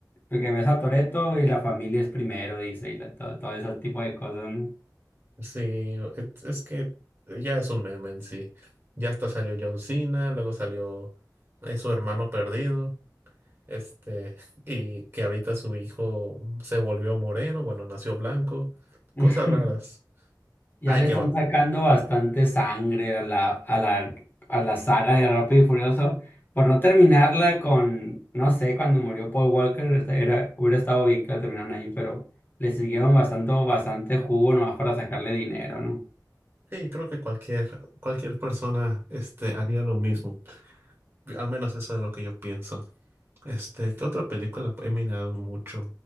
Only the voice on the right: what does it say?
Sí, es, es que ya es un meme en sí. Ya hasta salió John Cena, luego salió eh, su hermano perdido, este, <laughs> y que ahorita su hijo se volvió moreno, bueno, nació blanco,
cosas raras.
Ay,
que
va.
Sí, creo que cualquier, cualquier persona este, haría lo mismo. Al menos eso es lo que yo pienso. Este, ¿qué otra película he mirado mucho?